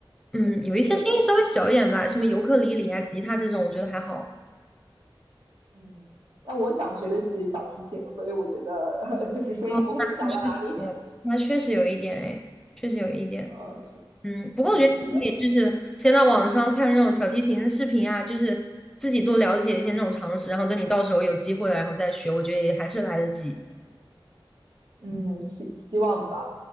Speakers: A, in the centre; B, on the right.
A: 嗯，有一些声音稍微小一点吧，
B: 对，
A: 什么尤克里里啊、吉他这种，我觉得还好。
B: 嗯，但我想学的是小提琴，所以我觉得，<laughs> 就是声音不会小到哪里。
A: 哦，那确实，
B: <laughs>
A: 那确实有一点哎，确实有一点。
B: 呃，是，
A: 嗯，
B: 是的，
A: 不过我觉得你可以就是先在网上看那种小提琴的视频啊，
B: 是的。
A: 就是自己多了解一些那种常识，然后等你到时候有机会了，然后再学，我觉得也还是来得及。
B: 嗯，希希望吧。